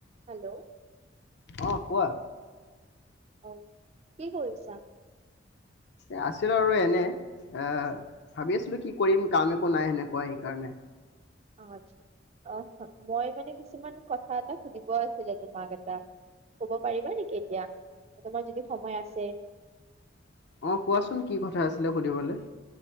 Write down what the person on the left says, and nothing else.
অহ ' কোৱা?
এ আছিল আৰু এনে। আহ,
ভাবি আছিলো কি কৰিম কাম একো নাই সেনেকুৱা সেইকাৰণে।
অহ ' কোৱাচোন কি কথা আছিলে সুধিবলৈ।